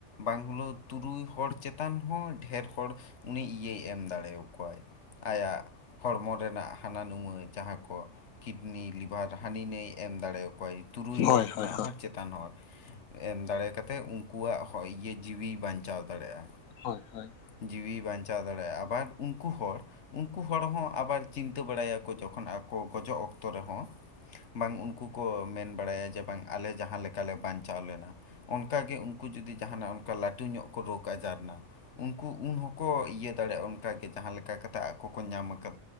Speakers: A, on the left (about 60°); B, on the left (about 75°).
A: ᱵᱟᱝ ᱦᱳᱞᱳᱣ ᱛᱩᱨᱩᱭ ᱦᱚᱲ ᱪᱮᱛᱟᱱ ᱦᱚᱸ ᱰᱷᱮᱨ ᱦᱚᱲ ᱩᱱᱤ ᱤᱭᱟᱹᱭ ᱮᱢ ᱫᱟᱲᱮ ᱟᱠᱚᱣᱟᱭ ᱾ ᱟᱭᱟᱜ ᱦᱚᱲᱢᱚ ᱨᱮᱱᱟᱜ ᱦᱟᱱᱟ ᱱᱩᱣᱟᱹ ᱡᱟᱦᱟᱸ ᱠᱚ ᱠᱤᱰᱱᱤ, ᱞᱤᱵᱷᱟᱨ ᱦᱟᱹᱱᱤ ᱱᱟᱹᱭ ᱮᱢ ᱫᱟᱲᱮ ᱟᱠᱚᱣᱟᱭ ᱾ ᱛᱩᱨᱩᱭ ᱦᱚᱲ
B: ᱦᱳᱭ
A: ᱠᱷᱚᱱᱟᱜ
B: ᱦᱳᱭ ᱦᱳᱭ
A: ᱦᱚᱸ ᱪᱮ ᱛᱟᱱ ᱦᱚᱲ ᱮᱢ ᱫᱟᱲᱮ ᱠᱟᱛᱮ ᱩᱱᱠᱩᱣᱟᱜ ᱦᱚ ᱤᱭᱟᱹ ᱡᱤᱣᱤᱭ ᱵᱟᱧᱪᱟᱣ ᱫᱟᱲᱮᱭᱟᱜᱼᱟ ᱾
B: ᱦᱳᱭ ᱦᱳᱭ ᱾
A: ᱡᱤᱣᱤ ᱵᱟᱧᱪᱟᱣ ᱫᱟᱲᱮᱭᱟᱜᱼᱟ ᱟᱵᱟᱨ ᱩᱱᱠᱩ ᱦᱚᱲ ᱩᱱᱠᱩ ᱦᱚᱲ ᱦᱚᱸ ᱟᱵᱟᱨ ᱪᱤᱱᱛᱟᱹ ᱵᱟᱲᱟᱭᱟᱠᱚ ᱡᱚᱠᱷᱚᱱ ᱟᱠᱚ ᱜᱚᱡᱚᱜ ᱚᱠᱛᱚ ᱨᱮᱦᱚᱸ ᱵᱟᱝ ᱩᱝᱠᱩ ᱠᱚ ᱢᱮᱱ ᱵᱟᱲᱟᱭᱟ ᱡᱮ ᱵᱟᱝ ᱟᱞᱮ ᱡᱟᱦᱟᱸ ᱞᱮᱠᱟᱞᱮ ᱵᱟᱧᱪᱟᱣ ᱞᱮᱱᱟ, ᱚᱝᱠᱟ ᱜᱮ ᱩᱝᱠᱩ ᱡᱩᱫᱤ ᱡᱟᱦᱟᱱᱟᱜ ᱚᱝᱠᱟ ᱞᱟᱹᱴᱩ ᱧᱚᱜ ᱠᱚ ᱨᱳᱜᱽ ᱟᱡᱟᱨᱱᱟ, ᱩᱝᱠᱩ ᱩᱱ ᱦᱚᱸᱠᱚ ᱤᱭᱟᱹ ᱫᱟᱲᱮᱭᱟᱜᱼᱟ ᱚᱱᱠᱟᱜᱮ ᱡᱟᱦᱟᱸ ᱞᱮᱠᱟ ᱠᱟᱛᱮᱫ ᱟᱠᱚ ᱠᱚ ᱧᱟᱢ ᱠᱟᱫ ᱾